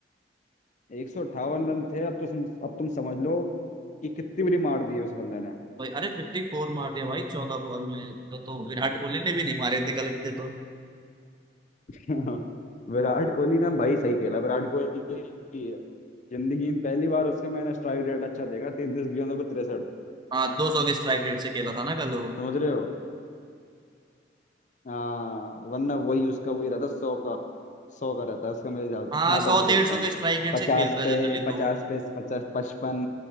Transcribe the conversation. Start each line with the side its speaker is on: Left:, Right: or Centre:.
Left: एक सौ अट्ठावन रन थे अब तो सम, अब तुम समझ लो कि कितनी बड़ी मार दी है उस बंदे ने
Right: भाई अरे फिफ्टी फोर मार दिया भाई चौदह बॉल में तो तो विराट कोहली ने भी नहीं मारे थे कल इतने तो
Left: <laughs> विराट कोहली ने भाई सही खेला विराट कोहली जिंदगी में पहली बार उसका मैंने स्ट्राइक रेट अच्छा देखा तैतीस गेंदों पे तिरसठ
Right: हाँ दो सौ के स्ट्राइक रेट से खेला था ना कल वो
Left: समझ रहे हो हाँ वरना वही उसका वही रहता सौ का सौ का रहता है उसका मेरे ख्याल ख्याल
Right: हाँ सौ
Left: तक मैं देखता
Right: डेढ़ सौ
Left: हूँ
Right: के स्ट्राइक रेट
Left: पचास
Right: से खेलता है
Left: पे
Right: जनरली
Left: पचास
Right: तो वो
Left: पे पचास पचपन